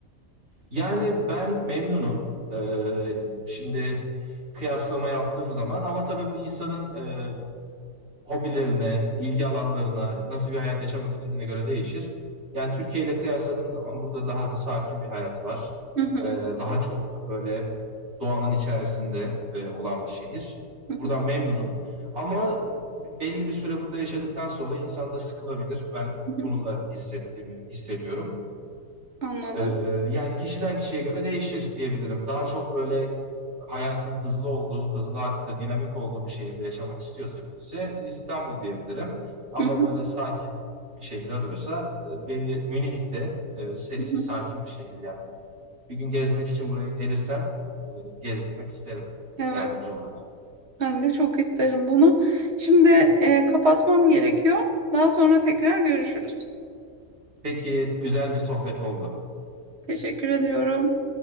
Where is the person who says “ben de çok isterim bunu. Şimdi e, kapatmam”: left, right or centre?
Right